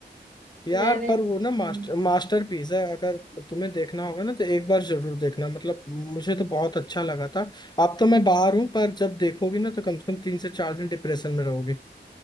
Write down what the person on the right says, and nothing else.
मैंने
हम्म,
हम्म।